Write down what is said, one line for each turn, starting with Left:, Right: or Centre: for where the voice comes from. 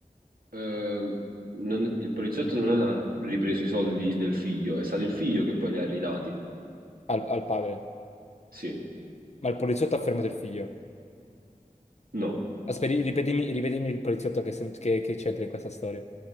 Right: ehm, non- il poliziotto non ha ripreso i soldi del figlio, è stato il figlio che poi li ha ridati.
Left: al, al padre?
Right: Sì,
Left: Ma il poliziotto ha fermato il figlio.
Right: no.
Left: Aspetta, ripetimi, ripetimi il poliziotto che, sen- che- che c'entra in questa storia.